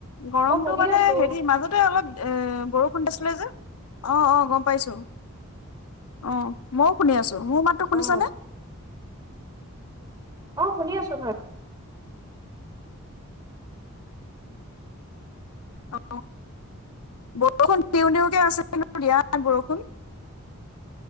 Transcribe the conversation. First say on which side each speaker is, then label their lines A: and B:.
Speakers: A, on the left (about 85°); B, on the right (about 15°).
A: গৰমটো
B: মই শুনি
A: মানে
B: আছো
A: হেৰি মাজতে অলপ এ। বৰষুণতে আছিলে যে অ' অ' গম পাইছো। অ' মইও শুনি আছো মোৰ মাতটো শুনিছ
B: অ
A: নে।
B: অ', শুনি আছো হয়।
A: অ'। বৰষুণ দিওঁ দিওকে আছে কিন্ত দিয়া নাই বৰষুণ।